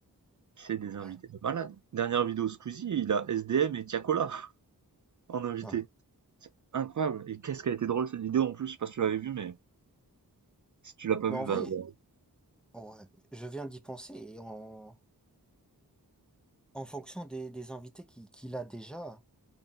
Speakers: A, on the right; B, in the centre.
A: C'est des
B: Ouais,
A: invités de malade. Dernière vidéo Squeezie, il a S D M et Tiakola <laughs> en invité.
B: ouais.
A: Incroyable. Et qu'est-ce qu'elle a été drôle cette vidéo en plus, je sais pas si tu l'avais vue, mais si tu l'as pas
B: Mais
A: vue,
B: en
A: va.
B: vrai,
A: voir.
B: ouais, je viens d'y penser et en, en fonction des, des invités qui- qu'il a déjà.